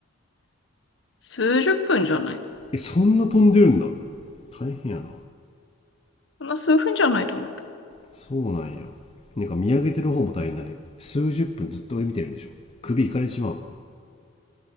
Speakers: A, on the left (about 60°); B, on the left (about 30°).
A: 数十分じゃない
B: えそんな飛んでるんだ大変やな
A: そんな数分じゃないと思うけど。
B: そうなんやなんか見上げてる方も大変だね数十分ずっと上見てるんでしょ首いかれてしまう